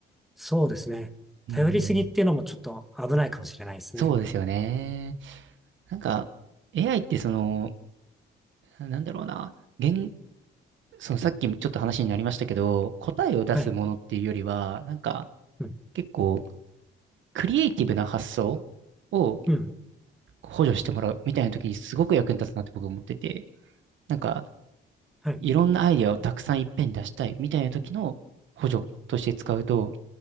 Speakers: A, in the centre; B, on the right.
A: そうですね。
B: うん、
A: 頼りすぎっていうのもちょっと危ないかもしれないですね。
B: そうですよね。なんか、AI ってその、なんだろうな、言、そのさっきもちょっと話になりましたけど、答えを出すものっていうよりは、
A: はい。
B: なんか、
A: うん。
B: 結構クリエイティブな発想を
A: うん。
B: 補助してもらうみたいな時にすごく役に立つなって僕思ってて、なんか
A: はい。
B: いろんなアイディアをたくさんいっぺんに出したいみたいな時の補助として使うと、